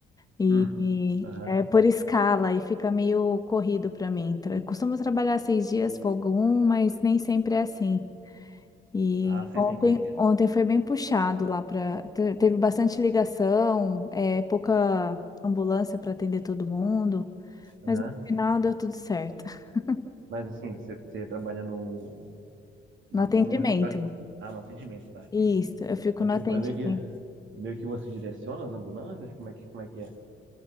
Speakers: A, on the left; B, on the right.
A: e,
B: hum,
A: e
B: aham.
A: é por escala e fica meio corrido pra mim. Tra- Costumo trabalhar seis dias, folgo um, mas nem sempre é assim. E
B: Ah, sei
A: ontem,
B: bem como é que é.
A: ontem foi bem puxado lá para. Teve bastante ligação, é, pouca ambulância para atender todo mundo,
B: Aham.
A: mas no final deu tudo certo. <laughs>
B: Mas assim, você você trabalha no, num
A: No atendimento.
B: hospital? Ah, no atendimento, tá, entendi.
A: Isso, eu fico
B: Então,
A: no
B: tipo,
A: atendimento.
B: é meio que, meio que você direciona as ambulâncias? Como é que, como é que é?